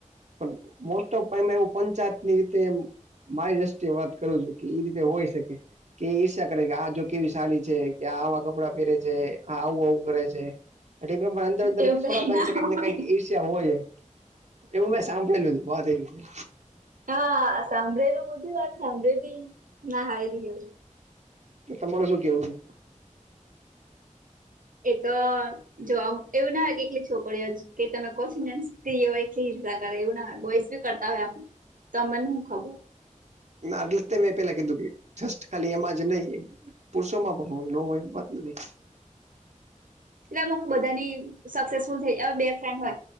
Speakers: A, on the right; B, on the right.
A: પણ મોસ્ટ ઓફ એમ એવું પંચાયતની રીતે એમ. મારી દ્રષ્ટિએ વાત કરું છું કે એ રીતે હોય શકે. કે ઈર્ષા કરે કે આ જો કેવી સડી છે કે આ આવા કપડાં પહેરે છે આ આવું આવું કરે છે. એટલે અંદર અંદર
B: એવું કઈ
A: થોડાક <unintelligible>
B: ના હોય
A: ઈર્ષ્યા હોય એવું મેં સાંભળેલું <unintelligible> રીતે.
B: હા સાંભળેલું બધી વાત સામેથી ભી ના કહેવાય.
A: તો તમારે શું કેવું છે.
B: એ તો જોબ એવું ના હોય કે કેટલી છોકરીઓ કે તમે કોછી ને સ્ત્રી હોય કેલી હિંસા કરે એવું ના હોય બોયસ કરતા હોય આપણે તો મને હું ખબર.
A: નાટલે મેં પેલા કીધું કે જસ્ટ ખાલી એમાં જ નહી પુરષો માં પણ હોય નો હોય એ વાત નથી.
B: એટલે અમુ બધાની સક્સેસફુલ થઈ હવે બે ફ્રેન્ડ હોય